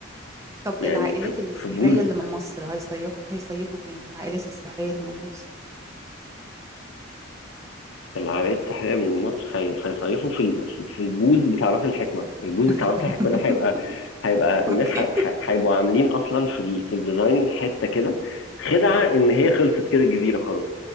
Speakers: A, on the right; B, on the left.
A: طب
B: يعني
A: العائلات
B: في
A: السحرية
B: في بوز
A: اللي من مصر هيصيف هيصيفوا فين؟ العائلات السحرية اللي من مصر
B: العمليات السحريه من مصر هي- هيصيفوا في ال- في البوز بتاع راس الحكمه البوز
A: <laughs>
B: بتاع راس الحكمه ده هيبقى هيبقى الناس
A: أوكي
B: ه- ه- هيبقوا عاملين اصلا في ال... في الديزاين حته كده خدعه ان هي خلصت كده الجزيره خلاص